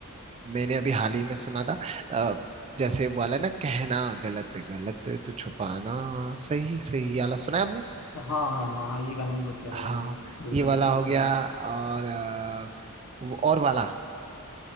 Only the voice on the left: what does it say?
हाँ हाँ हाँ हाँ ये गाना भी बहुत प्यारा
गाना है बिल्कुल
बिल्कुल सुना
है